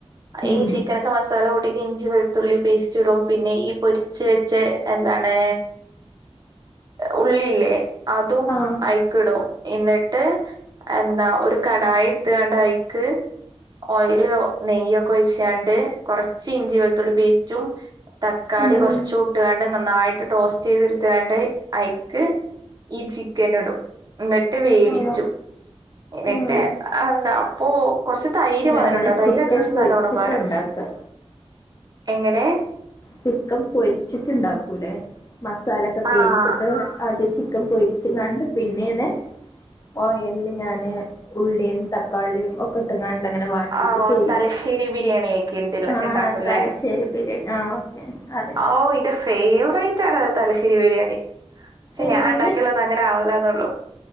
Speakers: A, on the left; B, on the right.
A: ഉം
B: ഈ ചിക്കൻ ക്കെ മസാല കൂടി ഇഞ്ചി വെളുത്തുള്ളി പേസ്റ്റ് ഇടും പിന്നെ ഈ പൊരിച്ച് വെച്ച എന്താണ്. ഉള്ളില്ലേ അതും
A: ആ
B: അയിക്കിടും. എന്നിട്ട് എന്താ ഒരു കടായി ഇടുത്തുകാണ്ടയ്ക്ക്. ഓയിൽ നെയ്യൊക്കെ ഒയിചാണ്ട് കൊറച്ച് ഇഞ്ചി വെളുത്തുള്ളി പേസ്റ്റും. തക്കാളി
A: ഉം
B: കുറച്ച് ട്ടുകാണ്ട് നന്നായിട്ട് ടോസ്റ്റ് ചെയ്തെടുത്താണ്ട്. ക്ക് ഈ ചിക്കൻ ഇടും എന്നിട്ട് വേവിച്ചും
A: ആ
B: ങ്ങനൊക്കെ
A: ആ
B: എന്താ അപ്പൊ കുറച്ച് തൈര്
A: ഞങ്ങള്
B: പാരു ട്ടോ തൈര്
A: ചിക്കൻ
B: അത്യാവശ്യം
A: പൊരിച്ചിട്ട്
B: നല്ലവണ്ണം പാരും.
A: ഉണ്ടാക്ക
B: എങ്ങനെ?
A: ചിക്കൻ പൊരിച്ചിട്ടുണ്ടാക്കൂല്ലേ മസാല ഒക്കെ
B: ആഹ്
A: തേച്ചിട്ട് ആദ്യം ചിക്കൻ പൊരി പിന്നാണ്ട് പിന്നേണ്. ഓയല് ഞാന് ഉള്ളിയും തക്കാളിയും ഒക്കെ ഇട്ടങ്ങാണ്ട്. ഇങ്ങനെ വാട്ടീട്ട്
B: ഓഹ്
A: ചെയ.
B: തലശ്ശേരി ബിരിയാണിയൊക്കെ ഇണ്ടില്ല
A: ആഹ്
B: ഇണ്ടാക്കുംല്ലേ?
A: തലശ്ശേരി ബിരിയാണി ആഹ് മ് അതെ.
B: ഓ ഇന്റെ ഫേവറേറ്റ് ആണത് തലശ്ശേരി ബിരിയാണി. പക്ഷെ
A: ഏ
B: ഞാൻ ഇണ്ടാക്കിയാലൊന്നും അങ്ങനെ ആവുലാന്നൊള്ളു.